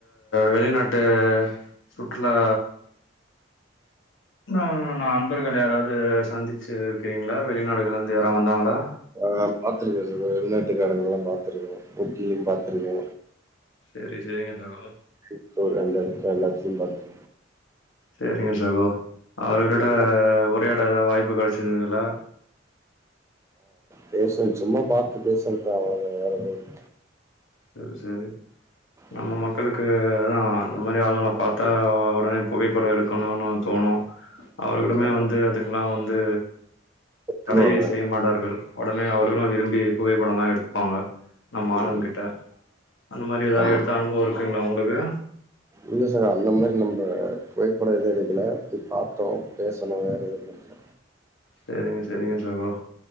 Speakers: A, on the left (about 75°); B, on the right (about 15°).
A: வெளிநாட்டு சுற்றுலா ந நா அன்பர்கள் யாராவ்து சந்திச்சிருக்கிறீங்ளா வெளிநாடுகள்ல இருந்து யாரா வந்தாங்களா
B: ஆ பாத்திருக்கே சகோ வெள்நாட்டுக்காரங்களா பாத்துருக்கே ஊட்டிலயு பாத்துருக்கே
A: செரி செரிங்க சகோ
B: இப்போ ரெண்டு எடத்துல எல்லாத்லயு பாத்தே
A: சேரிங்க சகோ அவர்களோட
B: ம்.
A: உரையாட எதாவ் வாய்ப்பு கெடச்சதுங்களா
B: பேசுவேன் சும்மா பாத்து பேசறத்தா அவளதா வேறெது இல்ல
A: த சேரி நம்ம
B: இல்ல. ம்.
A: மக்களுக்கு தா அந்த மாரி ஆளுங்கள பாத்தா ஒடனே புகைப்பட எடுக்கணுனு தோணு அவங்களுமே
B: ம். ஆமா.
A: வந்து அதுக்கெல்லா வந்து
B: திட்டுவாங்க.
A: தடை செய்ய மாட்டார்கள் ஒடனே அவர்களு
B: ம்.
A: விரும்பி புகைப்படலா எடுத்துப்பாங்க நம்ம ஆளுங்கக்கிட்ட
B: ம்.
A: அந்த மாரி எதா
B: ஆமா.
A: எடுத்த அனுபவ இருக்குங்ளா உங்களுக்கு
B: இல்ல சார் அந்த மாரி இல்ல இந்த புகைப்பட எது எடுக்கல போய் பாத்தோ பேசுனோ வேற எது பண்ல
A: சேரிங்க சேரிங்க சகோ